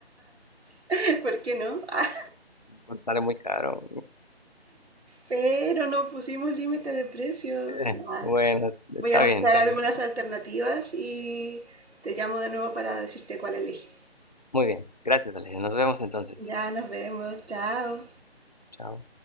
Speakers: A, on the right; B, on the left.
A: <laughs> ¿Por qué no? Ah,
B: <laughs> Sale muy caro.
A: Pero no pusimos límite de precio. Ya,
B: Eh, Bueno, está
A: Voy a
B: bien,
A: buscar
B: dale.
A: algunas alternativas y te llamo de nuevo para decirte cuál elegí.
B: Muy bien. Gracias, Ale. Nos vemos entonces.
A: Ya nos vemos, chao.
B: Chao.